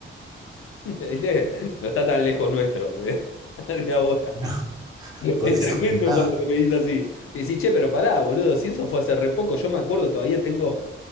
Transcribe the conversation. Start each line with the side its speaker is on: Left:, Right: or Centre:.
Left: ¿Viste? No está tan lejos nuestro de, <laughs> de ahora.
Right: No,
Left: Es
Right: por eso
Left: tremendo
Right: pensaba.
Left: cuando me dice así. Y decís, che, pero pará, boludo, si eso fue hace re poco, yo me acuerdo, todavía tengo,